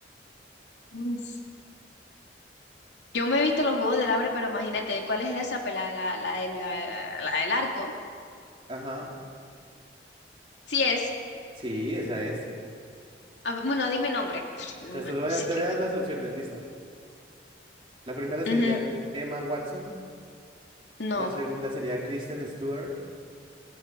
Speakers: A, on the left; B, on the right.
A: Mm, s- Yo me he visto los Juegos del Hambre, pero imagínate, ¿cuál es esa pelada? La, la, del- la, la- la del arco.
B: Ajá,
A: Sí es.
B: sí, esa es.
A: A ver, bueno, dime nombre. <sniffs>
B: Entonces
A: No, ma-
B: te voy
A: no
B: a,
A: sé
B: te
A: qué.
B: voy a
A: qué-
B: dar las
A: bueno.
B: opciones, ¿listo? La primera sería
A: Ujú,
B: Emma Watson,
A: No.
B: la segunda sería Kristen Stewart,